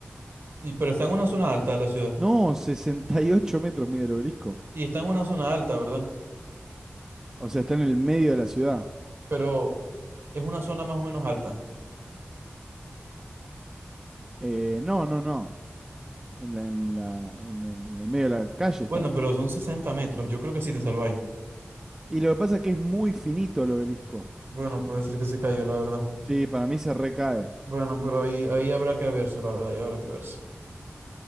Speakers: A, on the right (about 70°); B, on the right (about 15°).
A: Y, pero está en una zona alta de la ciudad.
B: No, 68 metros mide el obelisco.
A: Y está en una zona alta, ¿verdad?
B: O sea, está en el medio de la ciudad.
A: Pero es una zona más o menos alta.
B: Eh, no, no, no. En la- en la- en el en el medio de la calle está.
A: Bueno, pero son 60 metros. Yo creo que sí te salváis.
B: Y lo que pasa es que es muy finito el obelisco.
A: Bueno, puede ser que se caiga, la verdad.
B: Sí, para mí se recae.
A: Bueno, pero ahí, ahí habrá que verse, la verdad, ahí habrá que verse.